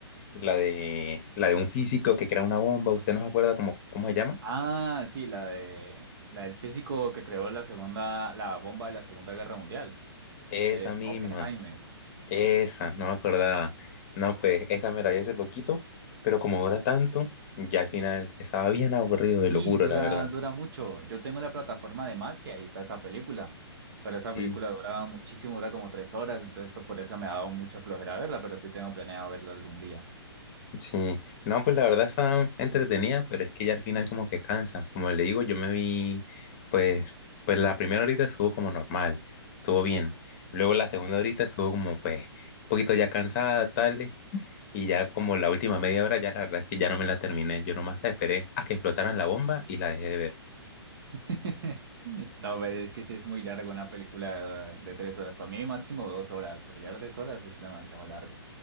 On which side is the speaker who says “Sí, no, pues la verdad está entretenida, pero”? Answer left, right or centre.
Left